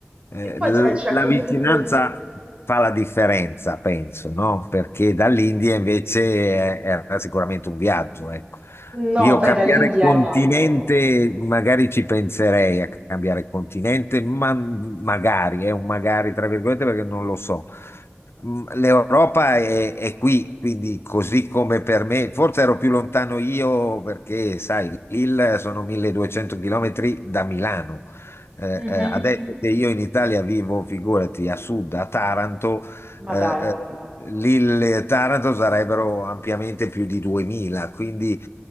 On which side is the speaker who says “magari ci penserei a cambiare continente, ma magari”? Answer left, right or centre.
Left